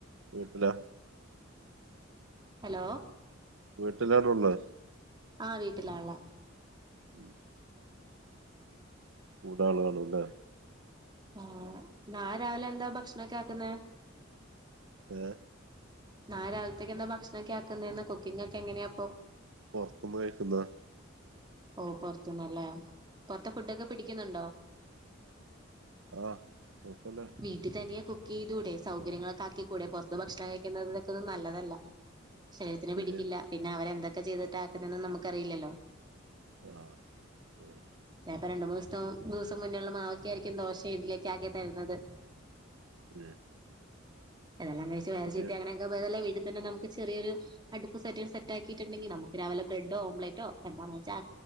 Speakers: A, on the right; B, on the right.
A: വീട്ടില
B: ഹലോ
A: വീട്ടിലാര ഉള്ളേ
B: ആഹ് വീട്ടിലാണ്
A: ഉം മൂന്നാള് കള്ല്ലേ
B: ആന് നാളെ രാവിലെ എന്താ ഭക്ഷണമക്കെ ആക്കുന്ന
A: ഏ
B: നാളെ രാവിലത്തേക്ക് എന്താ ഭക്ഷണൊക്കെ ആക്കുന്നാ കുക്കിംഗ് ഒക്കെ എങ്ങനെയാ അപ്പൊ
A: പുറത്തുനിന്ന് കഴിക്കുന്നാ
B: ഓ പൊറത്തുന്നല്ലേ പൊറത്തെ ഫുഡൊക്കെ പിടിക്കുന്നുണ്ടോ
A: ആ കുഴപ്പമില്ല
B: വീട്ടിൽ തനിയാ കു കൂടെ സൗകര്യങ്ങളൊക്കെ ആക്കി കൂടെ പുറത്ത് ഭക്ഷണം കഴിക്കുന്നൊക്കൊന്നും നല്ലതല്ല ശരീരത്തിനന്
A: ശരിയാ
B: പിടിക്കില്ല പിന്നെ അവരെന്തൊക്കെ ചെയ്തിട്ട ആക്കുന്നന്ന് നമുക്ക്റിയില്ലല്ലോ
A: ആഹ് ഉം
B: ഇപ്പൊ രണ്ട് മൂന്ന് ദിവസം ദിവസം മുന്നുള്ള മാവൊക്കെ ആയിരിക്കും ദോഷം ഇസലായൊക്കെ ആക്കി തരുന്നത്
A: ഉം
B: അതല്ലാം കഴിച്ച് വയറ്
A: ശരിയാണ്
B: ചീത്തയാക്കുന്നേക്കാൾ ഭേദല്ലേ വീട്ടി എ നമുക്ക് ചെറിയൊരു അടുപ്പ് സെറ്റ സെറ്റാക്കിയിട്ടുണ്ടെിൽ നമുക്ക് രാവിലെ ബ്രെഡ് ഓംലെറ്റോ എന്താ വെച്ചാ